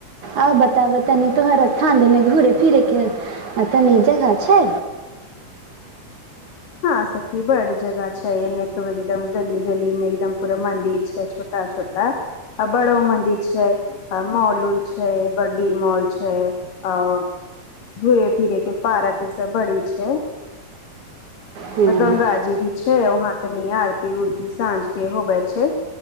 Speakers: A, on the right (about 60°); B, on the left (about 70°).
A: आ बताबै तनि तोहर स्थान देने घूुरे फिरे के आ तऽनि जगह छै
B: हँ सखी बड जगह छै ने तो एकदम गली गली मे एकदम पूरा मंदिर छै छोटा छ छोटा बड़ो मन्दिर छै मॉलूल छै बड्डी मॉल छै आओर घूरे फिरे के पारक ईसभ बड़ी छै
A: हँ
B: गंगा जी भी छैहाँतनी आरती उरती सााँझ के होबै छै